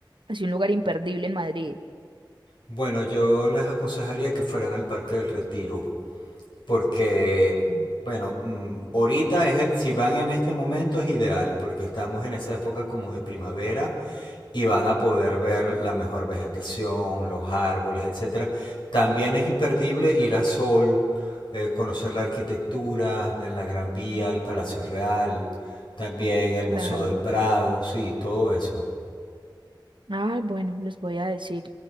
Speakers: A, on the right (about 80°); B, on the left (about 75°).
A: así un lugar imperdible en Madrid.
B: Bueno, yo les aconsejaría que fueran al Parque del Retiro, porque,
A: Mm.
B: bueno, mm, ahorita es el, si van en este momento es ideal, porque estamos en esa época como de primavera y van a poder ver la mejor vegetación, los árboles, etcétera. También es imperdible ir a Sol, eh, conocer la arquitectura de la Gran Vía, el Palacio Real, también el
A: Claro.
B: Museo del Prado, sí, todo eso.
A: Ay, bueno, les voy a decir.